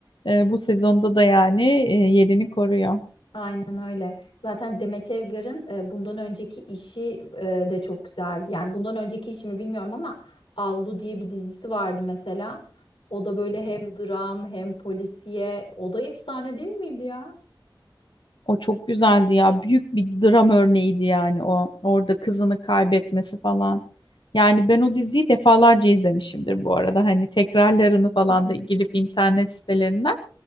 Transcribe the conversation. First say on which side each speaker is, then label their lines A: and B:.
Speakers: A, on the left; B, on the left.
A: e, bu sezonda da yani e, yerini koruyor.
B: Aynen öyle. Zaten Demet Evgar'ın e, bundan önceki işi e, de çok güzeldi. Yani bundan önceki işimi bilmiyorum ama Avlu diye bir dizisi vardı mesela. O da böyle hem dram hem polisiye. O da efsane değil miydi ya?
A: O çok güzeldi ya. Büyük bir dram örneğiydi yani o. Orada kızını kaybetmesi falan. Yani ben o diziyi defalarca izlemişimdir bu arada. Hani tekrarlarını falan
B: <laughs>
A: da girip internet sitelerinden.